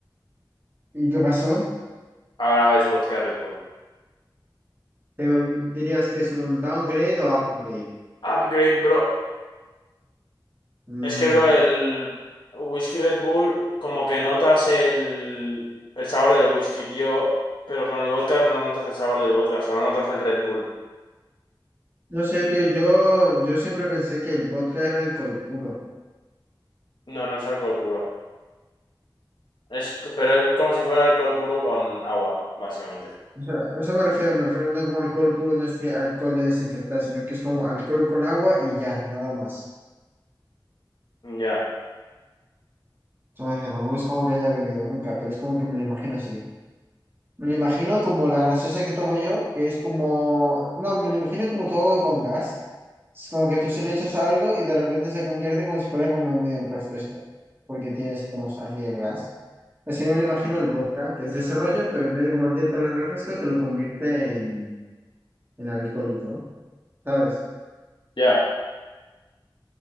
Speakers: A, on the right; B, on the left.
A: ¿Y qué pasó?
B: Ahora es vodka Red Bull.
A: ¿Te volvi- dirías que es un downgrade o upgrade?
B: Upgrade, bro.
A: Mm,
B: Es que, bro, el whisky Red Bull, como que notas el, el sabor del whisky, tío, pero con el vodka no notas el sabor del vodka, solo notas el Red Bull.
A: No sé, tío, yo, yo siempre pensé que el vodka era alcohol puro.
B: No, no es alcohol puro. Es, pero es como si fuera alcohol puro con agua, básicamente.
A: O sea, a eso me refiero, me refiero no como alcohol puro, no es que alcohol de desinfectar, sino que es como alcohol con agua y ya, nada más.
B: Ya,
A: O sea, tampoco es como que haya bebido nunca, pero es como que me lo imagino así. Me lo imagino como la graciosa que tomo yo, que es como... No, me lo imagino como todo con gas. Es como que tú se lo echas a algo y de repente se convierte como si fuera como medio un refresco, porque tienes como así el gas. Así me lo imagino el vodka, que es de ese rollo, pero en vez de convertirte en refresco, te lo convierte en, en alcohólico, ¿sabes?
B: ya.